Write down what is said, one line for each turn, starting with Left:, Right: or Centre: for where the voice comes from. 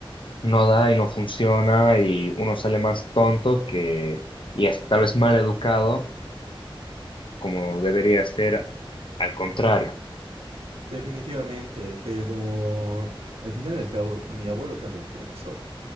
Left: no da y no funciona y uno sale más tonto que, y hasta tal vez mal educado, como debería ser al contrario.
Right: Definitivamente, pero al final y al cabo, mi abuelo también es profesor